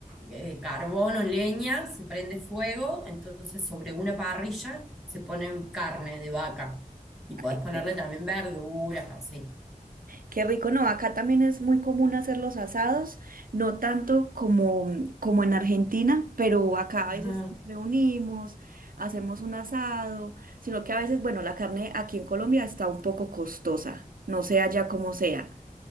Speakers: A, in the centre; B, on the right.
A: eh, carbono, leña, se prende fuego, entonces sobre una parrilla se pone carne de vaca y
B: Ay,
A: podés ponerle
B: yo-
A: también verduras, así.
B: Qué rico, no, acá también es muy común hacer los asados, no tanto como, como en Argentina, pero acá a
A: Ajá.
B: veces reunimos, hacemos un asado, sino que a veces, bueno, la carne aquí en Colombia está un poco costosa, no sé allá como sea.